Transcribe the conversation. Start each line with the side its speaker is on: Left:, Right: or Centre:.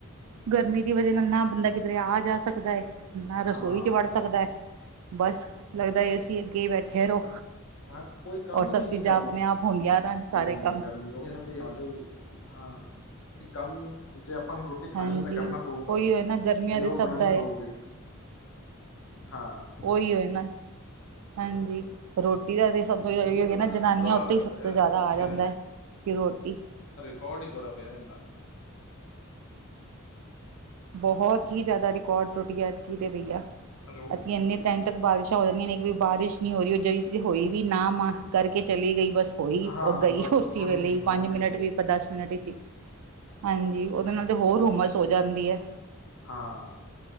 Left: ਹਮ
Right: ਗਰਮੀ ਦੀ ਵਜ੍ਹਾ ਨਾਲ ਨਾ ਬੰਦਾ ਕਿਧਰੇ ਆ-ਜਾ ਸਕਦਾ ਏ। ਨਾ ਰਸੋਈ
Left: ਹਾਂ
Right: 'ਚ ਵੜ ਸਕਦਾ ਹੈ, ਬਸ ਲੱਗਦਾ ਏਸੀਂ ਅੱਗੇ ਹੀ ਬੈਠੇ ਰਹੋ।
Left: ਹਾਂ, ਕੋਈ ਕੰਮ
Right: ਔਰ ਸਭ
Left: ਵੀ ਨਹੀਂ
Right: ਚੀਜ਼ਾਂ
Left: ਕਰਨ
Right: ਆਪਣੇ ਆਪ ਹੁੰਦੀਆਂ ਰਹਿਣ- ਸਾਰੇ
Left: ਦਿੰਦੇ
Right: ਕੰਮ
Left: ਗਰਮੀ ਹ ਹਾਂ ਕੰਮ ਜੇ ਆਪਾਂ ਨੂੰ ਰੋਟੀ ਰੋਟੀ ਖਾਣੀ
Right: ਹਾਂਜੀ
Left: ਹੈ ਤਾਂ ਕਰਨਾ ਪਊਗਾ
Right: ਉਹੀ ਹੋਏ ਨਾ ਗਰਮੀਆਂ
Left: ਤੇ
Right: ਦੇ
Left: ਉਹ
Right: ਸਭ
Left: ਬਣਾਉਣੀ
Right: ਦਾ ਹੈ
Left: ਪਊਗੀ। ਹਾਂ
Right: ਉਹੀ ਹੋ ਨਾ, ਹਾਂਜੀ। ਰੋਟੀ ਦਾ ਤੇ ਸਭ ਤੋਂ
Left: ਗਰਮੀ
Right: ਅਹ ਈ
Left: ਦਾ ਵੈਸੇ
Right: ਨਾ, ਜਨਾਨੀਆਂ
Left: ਬੁਰਾ ਹਾਲ
Right: ਉੱਤੇ
Left: ਹੋਇਆ
Right: ਈ ਸਭ
Left: ਪਿਆ
Right: ਤੋਂ ਜ਼ਿਆਦਾ
Left: ਐਸ
Right: ਆ ਜਾਂਦਾ ਐ। ਕਿ ਰੋਟੀ
Left: ਕੌੜ ਹੀ ਤੋੜਾ ਪਿਆ ਏਂਦਾ।
Right: ਬਹੁਤ ਹੀ ਜ਼ਿਆਦਾ ਰਿਕਾਰਡ ਟੁੱਟ ਗਿਆ ਐਤਕੀ ਤੇ ਬਈਆ
Left: ਹੈਲੋ
Right: ਐਤਕੀ ਐਨੇ ਟਾਈਮ ਤੱਕ ਬਾਰਿਸ਼ਾਂ ਹੋ ਜਾਂਦੀਆਂ ਨੇ, ਇਕ ਵਿ ਬਾਰਿਸ਼ ਨਹੀਂ ਹੋ ਰਹੀ, ਉਹ ਜੇਇ ਸੀ ਹੋਈ ਵੀ ਨਾ ਮਾਂ ਕਰਕੇ ਚਲੀ ਗਈ ਬਸ ਹੋਈ,
Left: ਹਾਂ
Right: ਉਹ ਗਈ
Left: ਬਸ
Right: ਉਸੇ
Left: ਉਹ ਥੋੜ੍ਹੀ
Right: ਵੇਲੇ
Left: ਜਿਹੀ
Right: ਹੀ
Left: ਹੋਈ
Right: ਪੰਜ
Left: ਤੇ
Right: ਮਿੰਟ
Left: ਗਈ
Right: ਵੀ ਦਸ ਮਿੰਟ 'ਚ ਹੀ ਹਾਂਜੀ, ਉਹਦੇ ਨਾਲ ਤੇ ਹੋਰ ਹੁੰਮਸ ਹੋ ਜਾਂਦੀ ਏ।
Left: ਹਾਂ,